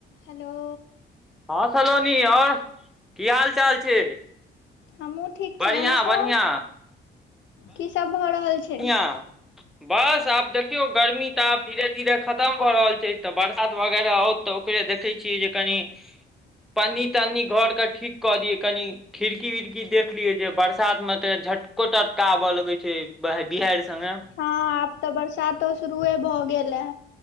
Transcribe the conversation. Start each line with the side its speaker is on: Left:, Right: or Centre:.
Left: हेलो
Centre: हँ सलोनी, आओर की हाल चाल छै?
Left: हमहुं ठीक
Centre: बढ़िआँ
Left: छी, अहाँ सब,
Centre: बढ़िआँ
Left: की सब भऽ रहल छै?
Centre: इंआ।
Left: <inaudible>
Centre: बस आब देखियौ गर्मी तऽ आब धीरे धीरे खतम भऽ रहल छै तऽ बरसात वगैरह औत तऽ ओकर देखै छियै जे कनि पन्नी तन्नी घर के ठीक कऽ दियै कनि। खिड़की विड़की देख लियै जे बरसात में त झटको तटका आबय लगे छै। बह बिहाडि संगे
Left: हँ आब तऽ बरसातो शुरुए भऽ गेल ए।